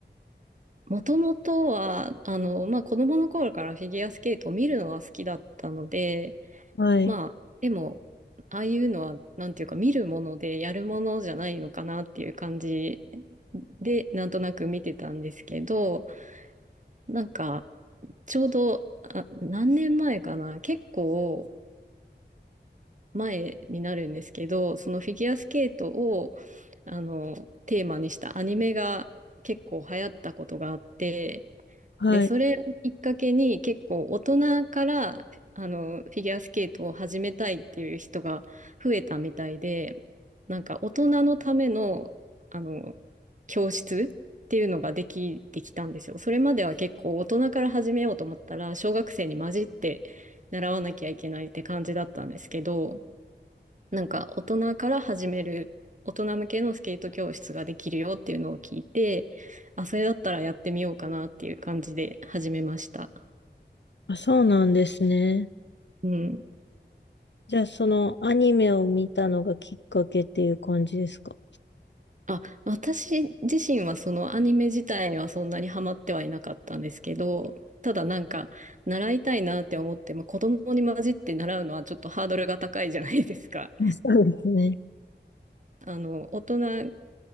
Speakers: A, on the right (about 40°); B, on the left (about 70°).
A: もともとは、あの、まあ、子供の頃からフィギュアスケートを見るのは好きだったので、
B: はい。
A: まあ、でも、ああいうのは、なんていうか、見るものでやるものじゃないのかなっていう感じで、なんとなく見てたんですけど、なんか、ちょうど、あ、何年前かな、結構前になるんですけど、そのフィギュアスケートを、あの、テーマにしたアニメが結構流行ったことがあって、
B: はい。
A: で、それをきっかけに結構大人からあのフィギュアスケートを始めたいっていう人が増えたみたいで、なんか大人のための、あの教室っていうのができてきたんですよ。それまでは結構大人から始めようと思ったら小学生に混じって習わなきゃいけないって感じだったんですけど、なんか大人から始める、大人向けのスケート教室ができるよっていうのを聞いて、あ、それだったらやってみようかなっていう感じで始めました。
B: あ、そうなんですね。
A: うん。
B: じゃあ、そのアニメを見たのがきっかけっていう感じですか
A: あ、私自身はそのアニメ自体にはそんなにハマってはいなかったんですけど、ただなんか習いたいなって思っても子供に混じって習うのはちょっとハードルが高いじゃないですか。
B: あそうですね。
A: あの、大人